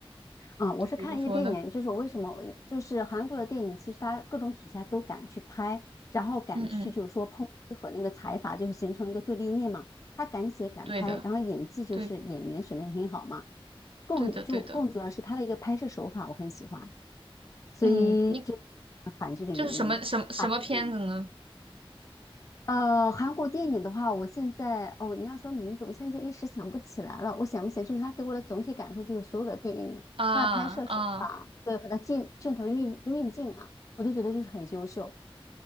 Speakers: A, on the left (about 35°); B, on the right (about 70°).
A: 啊，呃我是看一些电影，
B: 就比如说呢，
A: 就是我为什么我就是韩国的电影，其实它各种题材都敢去拍，然后敢去就是说抨击和那个财阀就是形成一个对立面嘛，
B: 嗯嗯，
A: 他敢写敢拍，
B: 对的，
A: 然后演技就是演员选的也很好嘛。
B: 对
A: 更主更主要是他的一个拍摄手法我很喜欢，
B: 对的对的，
A: 所以就是
B: 嗯，你
A: 韩剧的原因，
B: 就是什么什么什么片子呢？
A: 韩国电影。呃，韩国电影的话，我现在哦，你要说名字，我现在一时想不起来了。我想不起来，就是它给我的总体感受，就是所有的电影，
B: 啊啊。
A: 它的拍摄手法，对，和它镜镜头运运镜啊，我就觉得就是很优秀